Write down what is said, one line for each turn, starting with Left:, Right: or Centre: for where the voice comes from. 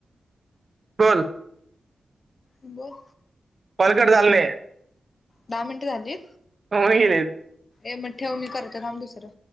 Right: बोल.
Left: बोल.
Right: कॉल कट झाला नाही.
Left: दहा मिनट झाली
Right: होवून गेलीत.
Left: ए मग ठेव मी करतो थांब दुसरं